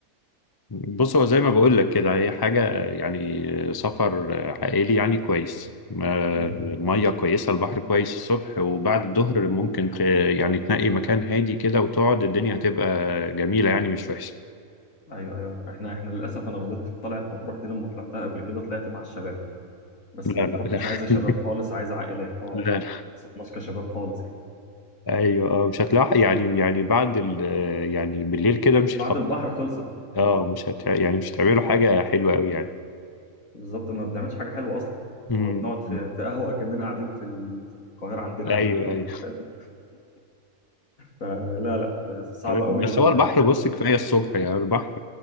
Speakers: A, on the left; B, on the left.
A: بص هو زي ما بقول لك كده هي حاجة يعني سفر عائلي يعني كويس ما-
B: امم
A: المية كويسة البحر كويس الصبح وبعد الظهر ممكن ت- يعني تنقي مكان هادي كده وتقعد الدنيا هتبقى جميلة يعني مش وحشة
B: ايوه ايوه احنا احنا للاسف انا غلطت في طلعه مطروح دي لما طلعتها قبل كده طلعت مع الشباب بس
A: لا
B: مطروح
A: لا لا
B: مش عايزه شباب خالص
A: <laughs>
B: عايزه عائلات اه
A: لا لا
B: احنا ما اتبسطناش كشباب خالص
A: ايوه آه، مش هتلاقي يعني يعني بعد ال يعني بالليل كده مش
B: بعد
A: هيخلص
B: البحر خلصت
A: اه
B: خلاص
A: مش هت يعني مش هتعملوا حاجة حلوة قوي يعني
B: بالظبط ما بنعملش حاجه حلوه اصلا
A: امم
B: هو بنقعد في في قهوه اكننا قاعدين في ال- في القاهره عندنا
A: ايوه
B: عادي جدا
A: ايوه <laughs>
B: فاهم فلا لا صعبه
A: تمام.
B: قوي
A: بس
B: لل-
A: هو البحر بص
B: للشباب
A: كفاية الصبح يعني البحر